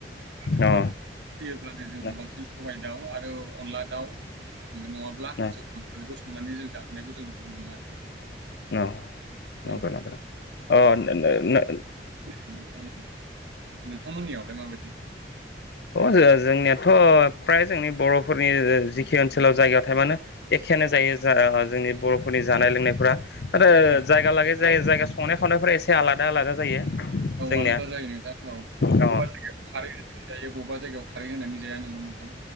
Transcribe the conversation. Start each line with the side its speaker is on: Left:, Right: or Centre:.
Right: <inaudible>
Left: अ
Right: होयोब्लानो जोङो
Left: न
Right: बांसिन सबाय दाउ आरो अनला दाउ नङाब्ला,
Left: न
Right: हांसो खुमब्रा बेखौ संनानै जों जाहोनायखौ जों नुनो मोनो आरो। नोंथां।
Left: औ
Right: औ
Left: नंगौ नंगौ ओ <unintelligible>
Right: नोंथां नोंथांमोननियावलाय माबायदि
Left: अ जो जोंनियाथ' फ्राय जोंनि बर'फोरनि जिखि ओनसोलाव जायगायाव थायामानो एखेयानो जायो जोंनि बर'फोरनि जानाय लोंनायफोरा आरो
Right: औ
Left: जायगा लायै जायगा जायगा संनाय-खावनायफोरा एसे आलादा आलादा जायो
Right: औ
Left: जोंनिया
Right: आलादा जायो नोंथां औ बबेबा
Left: अ
Right: जायगायाव खारै जायो बबेबा जायगायाव खारै होनानै जाया नोंगौ नोंथां।